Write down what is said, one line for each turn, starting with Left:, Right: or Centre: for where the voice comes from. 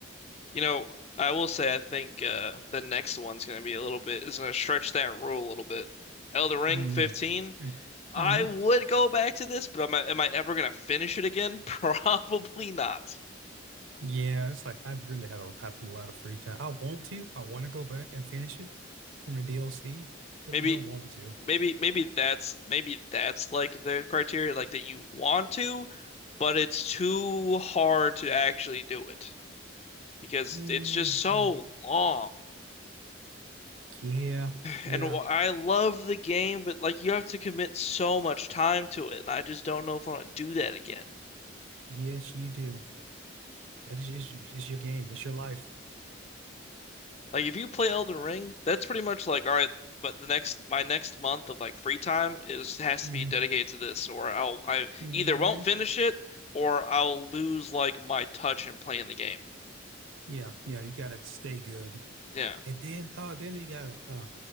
Left: You know, I will say I think uh the next one's gonna be a little bit is gonna stretch that rule a little bit. Elden Ring
Right: Mm-hmm.
Left: 15.
Right: Mm-hmm.
Left: I
Right: Mm-hmm.
Left: would go back to this, but am I am I ever gonna finish it again? <laughs> Probably not.
Right: Yeah, it's like I'd really had a have a lot of free time. I want to. I want to go back and finish it from the DLC, but
Left: Maybe
Right: I don't want to.
Left: maybe maybe that's maybe that's like the criteria, like that you want to, but it's too hard to actually do it. because
Right: hmm
Left: it's just so long.
Right: Yeah, yeah,
Left: And wh- I love the game, but like you have to commit so much time to it, and I just don't know if I want to do that again.
Right: yes, you do. That is just it's your game. It's your life.
Left: Like if you play Elden Ring, that's pretty much like, all right, but the next my next month of like free time is has
Right: hmm
Left: to be dedicated to this, or I'll I
Right: hmm
Left: either won't finish it or I'll lose like my touch in playing the game.
Right: Yeah, yeah. You gotta stay good.
Left: Yeah,
Right: And then, oh, then you got uh